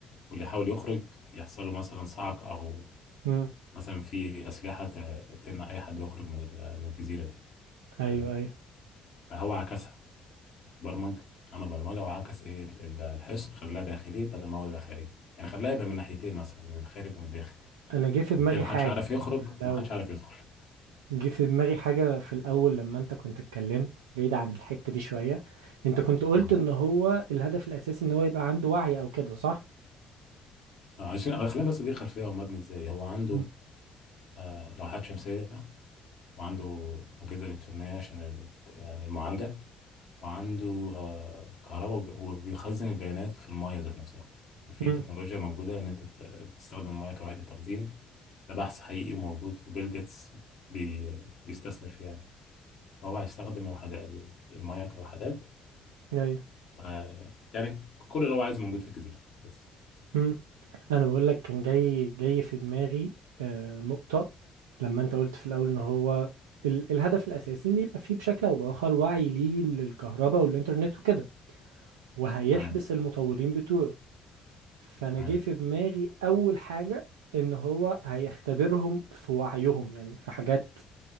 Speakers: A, on the left; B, on the right.
A: واللي يحاول يخرج يحصل له مثلا صعق او
B: امم
A: مثلا في اسلحه ت- تمنع اي حد يخرج من ال- من الجزيره دي
B: ايوه
A: تمام
B: ايوه
A: فهو عكسها برمج عمل برمجه وعكس ايه ال- ال- الحصن خلاها داخلي بدل ما هو يبقى خارجي يعني خلاها يبقى من ناحيتين مثلا من الخارج ومن الداخل
B: انا جه في
A: فبالتالي
B: دماغي
A: محدش
B: حاجه
A: عارف يخرج
B: في الاول
A: ومحدش عارف يدخل <laughs>
B: جه في دماغي حاجه في الاول لما انت كنت اتكلمت بعيد عن الحته دي شويه انت كنت قلت
A: مم.
B: ان هو الهدف الاساسي ان هو يبقى عنده وعي او كده صح
A: آه، عشان آه، خلينا بس دي خلفيه هو مبني ازاي هو عنده
B: امم
A: آه، لوحات شمسيه وعنده اجهزه الكترونيه عشان ال- يعني المعالجه وعنده آه، كهرباء وب- وبيخزن البيانات في المايه ذات نفسها في
B: امم
A: تكنولوجيا موجودة إن أنت ت- تستخدم المايه كوحدة تخزين ده بحث حقيقي وموجود وبيل جيتس بي بيستثمر فيها يعني فهو هيستخدم وحدة ال- المايه كوحدات
B: ايوه
A: و يعني كل اللي هو عايزه موجود في الجزيرة بس
B: امم انا بقول لك كان جاي جاي في دماغي آه نقطه لما انت قلت في الاول ان هو ال الهدف الاساسي ان يبقى فيه بشكل او باخر وعي ليه للكهرباء والانترنت وكده وهيحبس
A: تمام
B: المطورين بتوعه فانا
A: تمام
B: جه في دماغي اول حاجه ان هو هيختبرهم في وعيهم يعني في حاجات